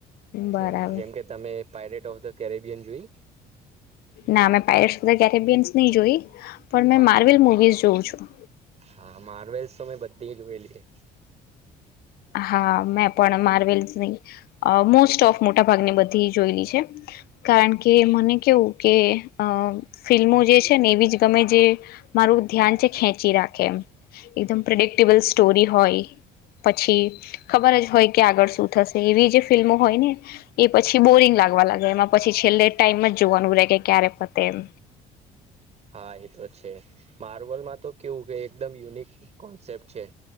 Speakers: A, on the left; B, on the right.
A: બરાબર
B: જેમ જેમકે તમે પાયરેટ ઓફ ધ કેરેબિયન જોઈ.
A: ના મે પાયલટ બધા કેરેબયસ નહી જોય પણ
B: હા
A: મેં માર્વેલ મુવીઝ જોઉું છું
B: હા માર્વેલ્સ તો મે બધી જો વેલી
A: હા મેં પણ માર્વેલસની મોસ્ટ ઓફ મોટા ભાગની બધી જોયેલી છે કારણ કે મને કેવું કે અ ફિલ્મો જે છે ને એવી જ ગમે જે મારું ધ્યાન છે ખેંચી રાખે એમ એકદમ પ્રિડિક્ટેબલ સ્ટોરી હોય, પછી ખબર જ હોય કે આગળ શું થશે એવી જે ફિલ્મો હોય ને એ પછી બોરિંગ લાગવા લ એમાં પછી છેલ્લે ટાઈમ જ જોવાનું રહેે કે ક્યારે પતે એમ
B: હા એ તો છે માર્વલમાં તો કેવું કે એકદમ યુનિક કોન્સેપ્ટ છે